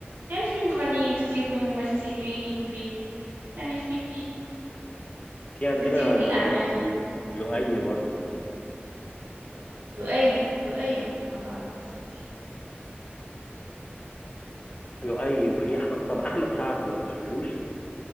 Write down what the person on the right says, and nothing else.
يعني في مغنيين كتير في ممثلين في يعني في
كتير من الأعمال
لؤي لؤي ما بعرفش